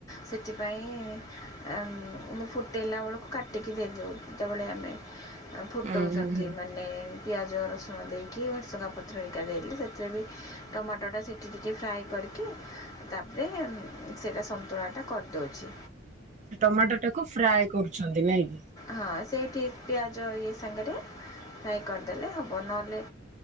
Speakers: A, on the left (about 20°); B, on the right (about 40°).
A: ସେଥିପାଇଁ ଆଁ ମୁଁ ଫୁଟେଇଲା ବେଳକୁ କାଟିକି ଦେଇଦଉ ଯେତେବେଳେ ଆମେ ଆ ଫୁଟଉଚନ୍ତି
B: ଉଁ ହୁଁ ହୁଁ
A: ମାନେ ପିଆଜ ରସୁଣ ଦେଇ କି ଭୁସୁଙ୍ଗା ପତ୍ରଏକା ଦେଇକିରି ସେଥିରେ ବି ଟମାଟୋଟା ସିଝି ସିଝି ଫ୍ରାଏ କରିକି ତା ଇ ସେଇଟା ସନ୍ତୁଳା ଟା କରିଦଉଛି।
B: ସେ ଟମାଟୋ ଟାକୁ ଫ୍ରାଏ କରୁଛନ୍ତି ନାଇଁ କି?
A: ହଁ ସେଇଠି ପିଆଜ ଇଏ ସାଙ୍ଗରେ ନାଇଁ କରିଦେଲେ ହବ। ନ ହେଲେ